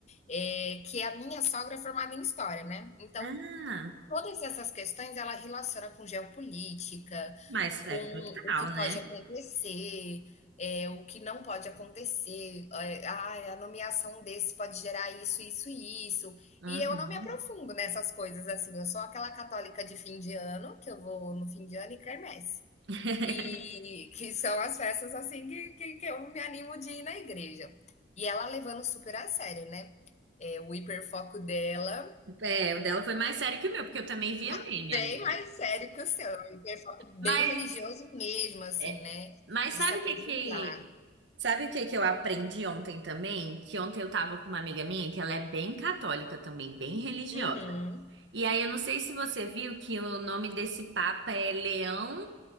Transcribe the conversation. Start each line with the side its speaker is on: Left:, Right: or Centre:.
Left: é que a minha sogra é formada em história, né. Então,
Right: Ah,
Left: todas essas questões ela relaciona com geopolítica,
Right: mas
Left: com
Right: é total,
Left: o que pode
Right: né?
Left: acontecer, é o que não pode acontecer, eh, "Ai, a nomeação desse pode gerar isso, isso e isso",
Right: Uhum.
Left: e eu não me aprofundo nessas coisas, assim, eu sou aquela católica de fim de ano, que eu vou no fim de ano e quermesse.
Right: <laughs>
Left: E que são as festas assim que, que, que eu me animo de ir na igreja. E ela levando super a sério, né? É, o hiperfoco dela,
Right: É, o dela foi mais sério que o meu, porque eu também via
Left: ma-
Right: meme,
Left: bem
Right: amiga.
Left: mais sério que o seu. É um hiperfoco
Right: Mas,
Left: bem religioso mesmo, assim,
Right: é,
Left: né?
Right: mas
Left: De
Right: sabe
Left: se aprofundar.
Right: o que que... Sabe o que que eu aprendi ontem também? Que ontem eu tava com uma amiga minha, que ela é bem católica também, bem religiosa.
Left: Uhum.
Right: E aí eu não sei se você viu que o nome desse papa é Leão